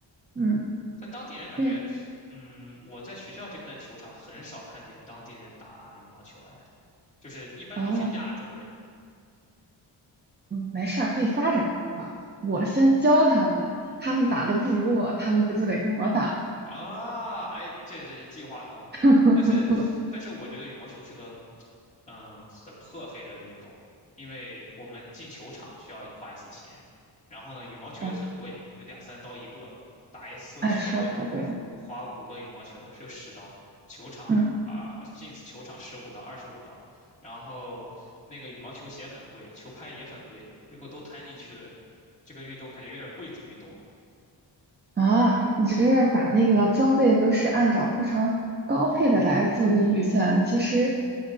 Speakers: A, on the right; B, on the left.
A: 嗯，
B: 在当地人感觉，
A: 因为
B: 嗯，我在学校这边的球场很少看见当地人打羽毛球，哎，就是一般都是亚洲人。
A: 啊，嗯，没事儿，可以发展嘛。我先教他们，他们打的不如我，他们不就得跟我打？
B: 啊，哎，这这是计划通，
A: <laughs>
B: 但是但是我觉得羽毛球是个嗯很破费的运动，因为我们进球场需要花一次钱，然后呢羽毛球又很贵，
A: 哦，
B: 得两三刀一个，打一次球花花五个羽毛球是十刀，
A: 哎，说得太对了。
B: 球场啊进一次球场十五刀二十五刀，
A: 嗯。
B: 然后那个羽毛球鞋很贵，球拍也很贵，如果都摊进去，这个运动感觉有点贵族运动呢。
A: 啊，你这是把那个装备都是按照非常高配的来做的预算。其实，